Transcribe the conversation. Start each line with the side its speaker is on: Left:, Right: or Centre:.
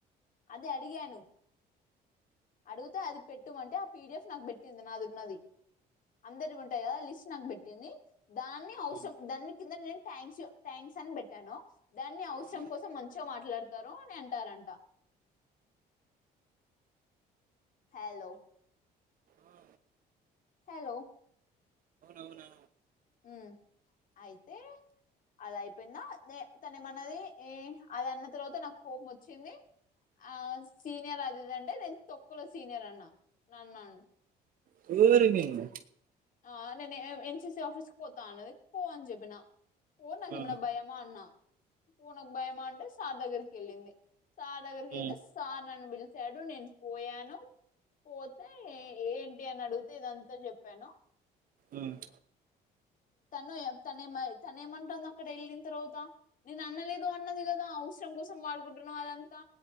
Left: అది అడిగాను అడిగితే అది పెట్టుమంటే ఆ పీడిఎఫ్ నాకు పెట్టింది నాదున్నది అందరి ఉంటాయ లిస్ట్ నాకు పెట్టింది దాన్ని అవసరం
Right: ఉమ్,
Left: దాన్ని కింద నేను థాంక్స్ థ్యాంక్ యూ సైన్ పెట్టాను దాన్ని అవసరం
Right: ఆ
Left: కోసం మంచిగా మాట్లాడతారు అని అంటారంట హలో
Right: ఆ,
Left: హలో
Right: అవునా
Left: హ అయితే అలా అయిపోయిందా తను ఏ నన్ను ఉమ్ అది అన్న తర్వాత నాకు కోపం వచ్చింది ఆ సీనియర్ అది ఇదంటే నేను తొక్కలో సీనియర్ అన్నా నన్ను
Right: కోరి నిన్ను
Left: ఆమేనే యన్ సి సి ఆఫీస్కు పోతా అన్నది పో అని చెప్పినా పో నాకేమైనా
Right: ఆ
Left: భయమా అన్నా పో నాకేమైనా భయమా అంటే సార్ దగ్గరికి వెళ్ళింది సార్ దగ్గరికి
Right: ఆ
Left: వెళ్తే
Right: ఆ ఆ
Left: సార్ నన్ను పిలిచాడు నేను పోయాను పోతే ఏంటి అని అడిగితే ఇదంతా చెప్పాను
Right: ఉమ్
Left: తను తనే మో తనే ఏమంటుందో అక్కడ వెళ్ళిన తర్వాత నేను అనలేదు అనలేదు కదా అవస తన కోసం వాడుకుంటున్నా అదంతా